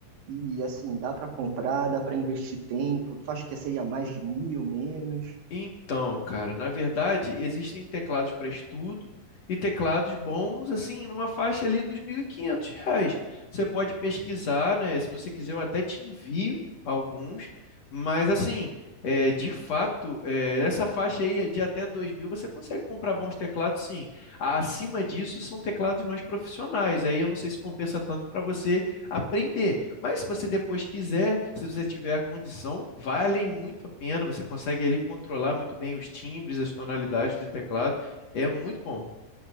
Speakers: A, on the right (about 85°); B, on the left (about 50°).
A: e assim, dá para comprar, dá para investir tempo? Tu acha que seria mais de mil, menos?
B: Então, cara, na verdade, existem teclados para estudo e teclados bons, assim, numa faixa ali dos 1.500 reais. Você pode pesquisar, né? Se você quiser, eu até te envio alguns, mas assim, é, de fato, é, essa faixa aí de até 2.000 você consegue comprar bons teclados, sim. Acima disso são teclados mais profissionais. Aí eu não sei se compensa tanto para você aprender. Mas se você depois quiser, se você tiver a condição, valem muito a pena. Você consegue ali controlar muito bem os timbres, as tonalidades do teclado. É muito bom.